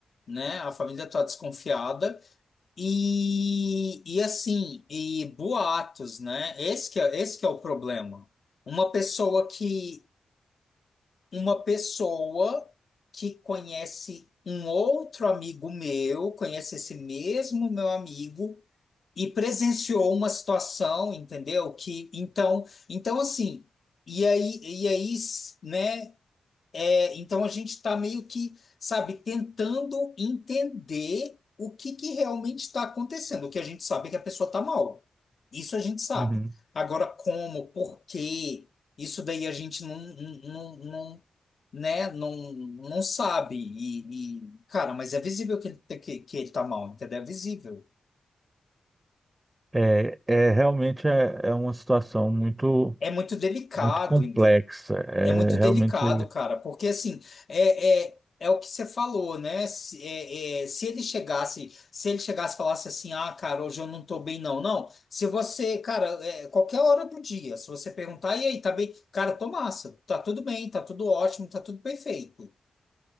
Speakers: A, on the left; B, on the right.
A: né? A família tá desconfiada. E, e assim, e boatos, né? Esse que é, esse que é o problema. Uma pessoa que uma pessoa que conhece um outro amigo meu, conhece esse mesmo meu amigo e presenciou uma situação, entendeu? Que então, então assim, e aí, e aí, s- né? É, então a gente está meio que, sabe, tentando entender o que que realmente está acontecendo. O que a gente sabe é que a pessoa está mal. Isso a gente sabe.
B: Uhum.
A: Agora, como, por quê? Isso daí a gente não, não, não, não, né, não, não sabe. E, e, cara, mas é visível que ele, que, que ele está mal, entendeu? É visível.
B: É, é, realmente é, é uma situação muito,
A: É muito delicado,
B: muito complexa. É
A: É muito
B: realmente...
A: delicado, cara, porque assim, é, é, é o que você falou, né? Se, é- é, se ele chegasse, se ele chegasse e falasse assim, ah, cara, hoje eu não tô bem, não, não. Se você, cara, é, qualquer hora do dia, se você perguntar, e aí, tá bem? Cara, tô massa, tá tudo bem, tá tudo ótimo, tá tudo perfeito.